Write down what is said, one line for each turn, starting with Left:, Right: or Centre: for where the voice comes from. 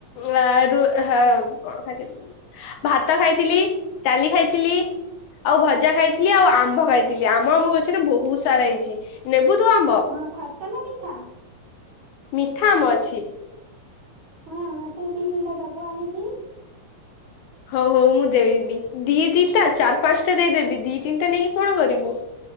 Left: ର କଣ ଖାଇଥିଲି ଭାତ ଖାଇଥିଲି ଡାଲି ଖାଇଥିଲି ଆଉ ଭଜା ଖାଇଥିଲି ଆଉ ଆମ୍ବ ଖାଇଥିଲି ଆମ ଆମ ଗଛରେ ବହୁତ ସାରା ହେଇଛି। ନେବୁ। ତୁ ଆମ୍ବ
Right: ହଁ ଖଟା ନା ମିଠା।
Left: ମିଠା ଆମ୍ବ ଅଛି।
Right: ହଁ ମତେ ବୀ ଦି ତିନିଟା ଦବୁ ଆଣିକି।
Left: ହଉ ହଉ ମୁଁ ଦେବି ଦି ତିନିଟା ଚାରି ପାଞ୍ଚଟା ଦେଇଦେବି ଦି। ତିନଟା ନେଇକି କଣ କରିବୁ